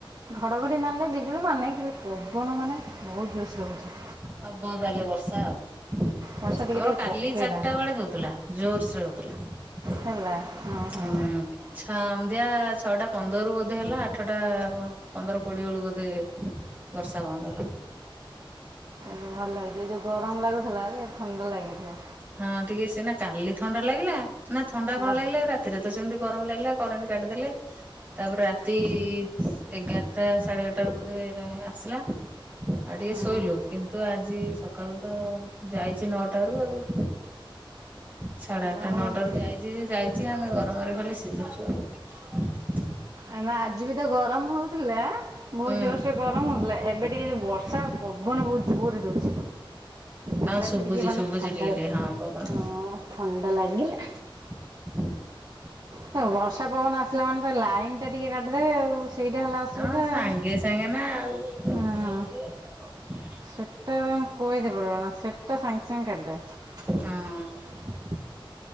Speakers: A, on the right (about 45°); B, on the right (about 20°).
A: ଘଡଘଡି ମାରୁନାଇଁ ବିଜୁଳି ମାରୁନାଇଁ ଖାଲି ପବନ ମାନେ ଭଉତ୍ ଜୋର୍ ସେ ରେ ହଉଚି।
B: ହବ ତାହେଲେ ବର୍ଷା ଆଉ। ଆମର
A: ବର୍ଷା ଟିକେ ଟିକେ
B: କାଲି
A: ପକେଇଲା
B: ଚାରିଟା ବେଳେ ହଉଥିଲା ଜୋର୍ ସେ ରେ ହଉଥିଲା। <unintelligible>
A: ହେଲା ହଁ ହଁ।
B: ଛଅଟା ପନ୍ଦରରୁ ବୋଧେ ହେଲା ଆଠଟା ପନ୍ଦର କୋଡ଼ିଏ ବେଳୁ ବୋଧେ ବର୍ଷା ବନ୍ଦ ହେଲା।
A: ଭଲ ହେଇଛି ଏ ଯୋଉ ଗରମ ଲାଗୁଥିଲା ଯେ ଥଣ୍ଡା ଲାଗିଥିବ।
B: ହଁ ଟିକେ ସିନା କାଲି ଥଣ୍ଡା ଲାଗିଲା ନା ଥଣ୍ଡା କଣ
A: ଆଜି
B: ଲାଗିଲା ରାତିରେ ତ ସେମିତି। ଗରମ ଲାଗିଲା କରେଣ୍ଟ କାଟିଦେଲେ। ତାପରେ ରାତି ଏଗାରଟା ସାଢେ ଏଗାରଟା ବେଳକୁ ବୋଧେ ଆସିଲା। ଆଉ ଟିକେ
A: ହଁ
B: ଶୋଇଲୁ କିନ୍ତୁ ଆଜି ସକାଳୁ ତ ଯାଇଛି ନଅଟାରୁୁ ଆଉ। ସାଢେ ଆଠଟା
A: ଆମର-
B: ନଅଟାରୁ ଯାଇଛି ଯେ ଯାଇଛି ଆମେ ଗରମରେ ଖାଲି ସିଝୁଛୁ ଆଉ।
A: ଆମେ ଆଜି ବି ତ ଗରମ ହଉଥିଲା। ବହୁତ
B: ହୁଁ।
A: ଜୋରସରେ ଗରମ ହଉଥିଲା ଏବେ ଟିକେ ଯୋଉ ବର୍ଷା ପବନ ବହୁତ ଜୋରରେ ଦଉଛି।
B: ହଁ
A: ଦେଲାଠୁ
B: ଶୁଭୁଛି
A: ଟିକେ ମାନେ
B: ଶୁଭୁଛି
A: ଥଣ୍ଡା
B: ଟିକେ
A: ହଁ
B: ଟିକେ ପବନ
A: ଥଣ୍ଡା ଲାଗିଲା।
B: <unintelligible>
A: ତ ବର୍ଷା ପବନ ଆସିଲା ମାନେ ତ ଲାଇନ ଟା। ଟିକେ କାଟିଦେବେ ଆଉ ସେଇଟା ହେଲା ଅସୁବିଧା
B: ହଁ ସାଙ୍ଗେ
A: ଆଉ
B: ସାଙ୍ଗେ ନା ଆଉ ରଖୁଛନ୍ତି
A: ହଁ।
B: <unintelligible>
A: ସେଟା କହିଦେ ପଡ଼ିବ ନା ସେଟା ସାଙ୍ଗେ ସାଙ୍ଗେ କାଟିଦେବେ।
B: ହଁ